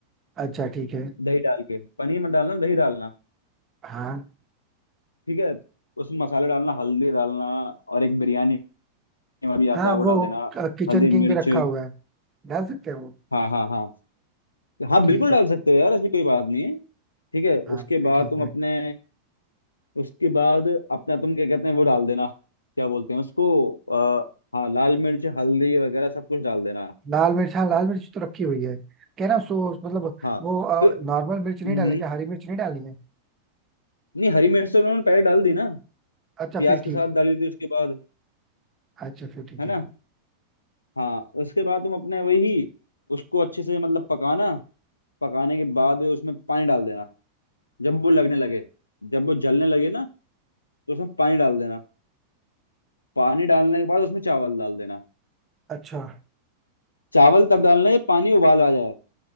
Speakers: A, on the right; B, on the left.
A: अच्छा ठीक है
B: दही डाल के पनीर मत डालना दही डालना
A: हाँ
B: ठीक है उसमें मसाले डालना हल्दी डालना और एक बिरयानी में भी
A: हाँ
B: आता है वो
A: वो
B: डाल देना
A: अ, किचन
B: हल्दी
A: किंग
B: मिर्च
A: भी रखा हुआ है डाल सकते हैं वो
B: हाँ हाँ हाँ तो हाँ
A: ठीक
B: बिल्कुल
A: है
B: डाल सकते हो यार ऐसी कोई बात नहीं है ठीक है उसके
A: हाँ फिर
B: बाद
A: ठीक
B: तुम
A: है
B: अपने उसके बाद अपना तुम क्या कहते हैं वो डाल देना क्या बोलते हैं उसको आ, हाँ लाल मिर्च हल्दी वगैरह सब कुछ डाल देना
A: लाल मिर्च हाँ लाल मिर्च तो रखी हुई है कहना सो मतलब
B: हाँ
A: वो
B: फिर
A: नॉर्मल मिर्च नहीं
B: हम्म
A: डालने क्या हरी मिर्च नहीं डालनी है
B: नहीं हरी मिर्च तो उन्होंने पहले डाल दी ना
A: अच्छा
B: प्याज
A: फिर
B: के
A: ठीक
B: साथ
A: है
B: डाली थी उसके बाद
A: अच्छा फिर ठीक
B: है ना
A: है
B: हाँ उसके बाद तुम अपने वही उसको अच्छे से मतलब पकाना पकाने के बाद उसमें पानी डाल देना जब वो लगने लगे जब वो जलने लगे ना तो उसमें पानी डाल देना पानी डालने के बाद उसमें चावल डाल देना
A: अच्छा
B: चावल तब डालना है पानी उबाल आ जाए